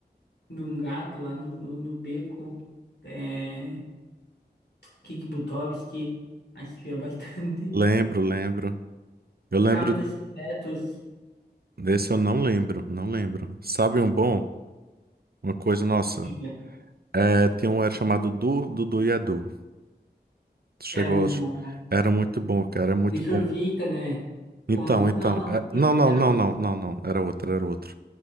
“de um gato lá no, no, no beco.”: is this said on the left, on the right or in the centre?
Left